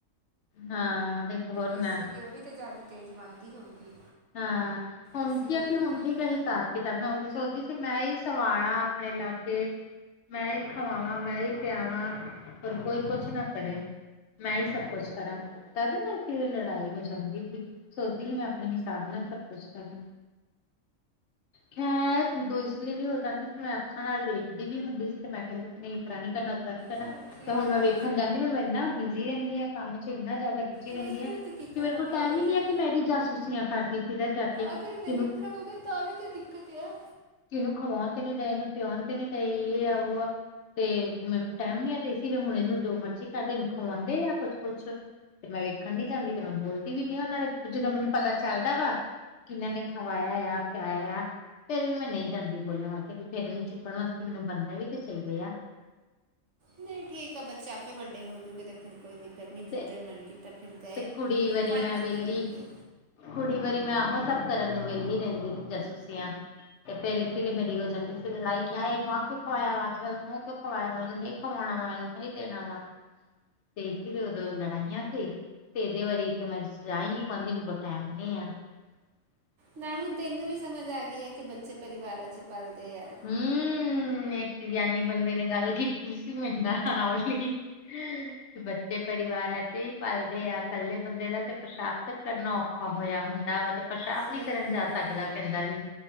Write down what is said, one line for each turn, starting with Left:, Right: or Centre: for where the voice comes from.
Left: ਹਾਂ ਹੋਰ ਨਾ
Right: ਇਸੇ ਲਈ ਉਹ ਵੀ ਤਾਂ ਜ਼ਿਆਦਾ ਤੇਜ਼ ਬਣਦੀ ਹੋਊਗੀ
Left: ਹਾਂ, ਹੁਣ
Right: ਇਸ ਲਈ
Left: ਕੀ ਆ ਕਿ
Right: ਵੀ।
Left: ਹੁਣ <unintelligible> ਕਿਤਾ ਬਣਾਉਗੀ ਸੋਚਦੀ ਸੀ ਮੈਂ ਹੀ ਸਵਾਨਾ ਆਪਣੇ ਲਾਗੇ ਮੈਂ ਹੀ ਖਾਵਾਂਵਾ ਮੈਂ ਹੀ ਪਿਆਵਾਂ ਹੋਰ ਕੋਈ ਕੁਛ ਨਾ ਕਰੇ ਮੈਂ ਹੀ ਸਭ ਕੁਛ ਕਰਾਂ <unintelligible> ਲੜਾਈ ਹੋ ਜਾਂਦੀ ਸੀ ਸੋਚਦੀ ਸੀ ਮੈਂ ਆਪਣੇ <unintelligible> ਸਭ ਕੁਛ ਕਰਾ ਖੈਰ ਉਦੋਂ ਇਸ ਲਈ ਵੀ ਹੋ ਜਾਂਦੀ ਸੀ। ਮੈਂ ਅੱਖਾਂ ਨਾਲ ਵੇਖਦੀ ਵੀ ਹੁੰਦੀ ਸੀ, ਤੇ ਮੈਂ ਕਹਿੰਦੀ ਸੀ ਨਹੀਂ ਇਤਰਾਂ ਨੀ ਕਰਨਾ ਉੱਤਰਾਂ ਨੀ ਤੇ
Right: ਚਲ ਠੀਕ
Left: ਹੁਣ ਮੈਂ
Right: ਆ
Left: ਵੇਖਣ ਜਾਂਦੀ ਹੁਣ ਓ ਇੰਨਾ ਬਿਜ਼ੀ ਰਹਿੰਦੀ ਆ ਕੰਮ ਚ ਇੰਨਾ ਜ਼ਿਆਦਾ ਬਿ ਜੀ ਰਹਿੰਦੀ
Right: ਵੇਖ ਕੇ
Left: ਆ, ਤੇ
Right: ਤੂੰ ਕੀ ਕਰਨਾ
Left: ਮੇਰੇ ਕੋਲ
Right: ਫਿਰ
Left: ਟਾਈਮ
Right: ਅਗਰ
Left: ਈ ਨੀ
Right: ਜੇ
Left: ਐ ਕਿ ਮੈਂ ਇਹਦੀ ਜਾਸੂਸੀਆਂ ਕਰਦੀ ਫਿਰਾ ਜਾ ਕੇ ਕੀ
Right: ਅਗਰ ਨਹੀਂ
Left: ਇ
Right: ਫੜੋਗੇ ਤਾਂ ਵੀ ਤੇ ਦਿੱਕਤ ਆ
Left: ਕਿ ਇਹਨੂੰ ਖਵਾਉਣ ਤੇ ਨੀ ਦੇਨ ਇਹਨੂੰ ਪਿਉਣ ਤੇ ਨੀ ਦੇਇਏ ਇਹ ਆ ਵੋ ਤੇ ਮੇਰੇ ਪੇ ਟਾਈਮ ਨੀ ਆ ਤੇ ਇਸ ਲਈ ਹੁਣ ਇਹਨੂੰ ਜੋ ਮਰਜ਼ੀ ਕਰਦੇ ਖਵਾਉਂਦੇ ਆ ਕੁਛ ਕੁਛ ਤੇ ਮੈਂ ਵੇਖਣ ਨੀ ਜਾਂਦੀ ਤੇ ਮੈਂ ਬੋਲਦੀ ਵੀ ਨੀ ਆ ਉਹ ਨੇ ਜਦੋਂ ਮੈਨੂੰ ਪਤਾ ਚੱਲਦਾ ਵਾ ਕਿ ਮੈਨੂੰ ਖਵਾਇਆ ਆ ਪਿਆਇਆ ਆ ਫੇਰ ਵੀ ਮੈਂ ਨਹੀਂ ਜਾਂਦੀ ਬੋਲਣ ਵਾਸਤੇ ਫੇਰ ਇਹਨੂੰ ਚੁੱਕਣ ਵਾਸਤੇ ਮੈਨੂੰ ਬੰਦਾ ਵੀ ਤੇ ਚਾਹੀਦਾ ਆ
Right: ਨਹੀਂ ਠੀਕ ਆ ਬੱਚੇ ਆਪੇ ਵੱਡੇ ਹੋਜੂਗੇ ਤੇ ਫਿਰ ਕੋਈ ਦਿੱਕਤ ਨਹੀਂ
Left: ਤੇ,
Right: ਜਿੱਧਰ ਮਨ ਕੀਤਾ ਫਿਰ ਗਏ
Left: ਤੇ ਕੁੜੀ ਵਾਰੀ
Right: ਮਨ
Left: ਮੈਂ
Right: ਕੀਤਾ
Left: ਵਿਹਲੀ
Right: ਨਹੀਂ ਗਏ
Left: ਕੁੜੀ ਵਾਰੀ ਮੈਂ ਉਹਹੋ ਸਭ ਕਰਨ ਨੂੰ ਵਿਹਲੀ ਰਹਿੰਦੀ ਸੀ ਜਾਸੂਸੀਆਂ ਤੇ ਫੇਰੀ ਇਸੀਲਇ ਮੇਰੀ ਹੋ ਜਾਂਦੀ ਸੀ ਲੜਾਈ ਕਿਹਾ ਹੈ ਇਹਨੂੰਹ ਕਿਉਂ ਖਵਾਇਆ ਵਾ ਹੈ ਇਹਨੂੰ ਕਿਉਂ ਖਵਾਇਆ ਵਾ ਇਹਨੂੰ ਕਮਾਉਣਾ ਵਾ ਉਹਨੂੰ ਹੀ ਦੇਣਾ ਵਾ ਤੇ ਉਦੋਂ ਲੜਾਈਆਂ ਸੀ ਤੇ ਇਹਦੇ ਵਾਰੀ ਤੇ ਮੈਂ ਸਜਾ ਨਈ ਪਾਉਂਦੀ ਮੇਰੇ ਕੋ ਟੈਮ ਨ ਆ <inaudible>
Right: ਨਾਲ ਹੁਣ ਤੇਨੂੰ ਵੀ ਸਮਝ ਆ ਗਈ ਆ ਕਿ ਬੱਚੇ ਪਰਿਵਾਰਾਂ ਚ ਪਲਦੇ ਆ
Left: ਹਮ ਇੱਕ ਗਿਆਨੀ ਬੰਦੇ ਨੇ ਗੱਲ ਕੀਤੀ ਸੀ ਮੇਰੇ ਨਾਲ ਆ ਵਾਂ ਲੀ ਹਮ ਬ ਪਰਿਵਾਰਾਂ ਚ ਹੀ ਪਲਦੇ ਆ ਇਕੱਲੇ ਬੰਦੇ ਦਾ ਤੇ ਪਸ਼ਾਾਬ ਕਰਨਾ ਔਖਾ ਹੋਇਆ ਹੁੰਦਾ ਵ ਤੇ ਪਸ਼ਾਾਬ
Right: ਸਹੀ
Left: ਨਹੀਂੀ ਕਰਨ
Right: ਗੱਲ
Left: ਜਾ ਸਕਦਾ
Right: ਆ।
Left: ਕਹਿੰਦਾ ਸੀ